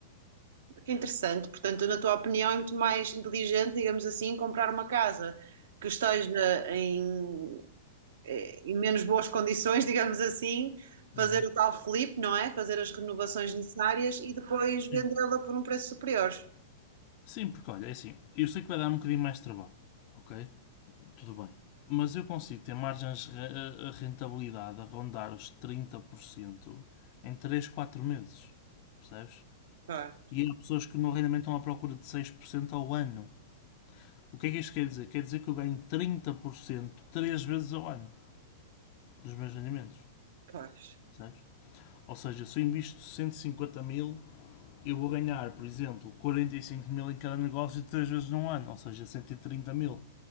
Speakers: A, on the right; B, on the left.
A: Que é interessante. Portanto, na tua opinião, é muito mais inteligente, digamos assim, comprar uma casa que esteja em, eh, em menos boas condições, <laughs> digamos assim, fazer
B: Uhum.
A: o tal flip, não é? Fazer as renovações necessárias e depois vendê-la
B: Sim.
A: por um preço superior.
B: Sim, porque olha, é assim, eu sei que vai dar um bocadinho mais de trabalho, ok? Tudo bem. Mas eu consigo ter margens de re- eh, rentabilidade a rondar os 30% em 3 4 meses, percebes?
A: Pois,
B: E há pessoas que no rendimento estão à procura de 6% ao ano. O que é que isto quer dizer? Quer dizer que eu ganho 30% 3 vezes ao ano dos meus rendimentos,
A: pois.
B: percebes? Ou seja, se eu invisto 150 mil, eu vou ganhar, por exemplo, 45 mil em cada negócio 3 vezes num ano, ou seja, 130 mil.